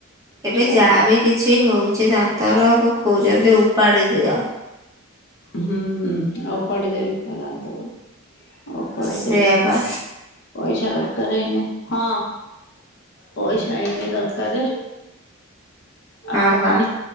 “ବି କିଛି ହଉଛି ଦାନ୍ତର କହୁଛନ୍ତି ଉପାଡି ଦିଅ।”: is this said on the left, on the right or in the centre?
Right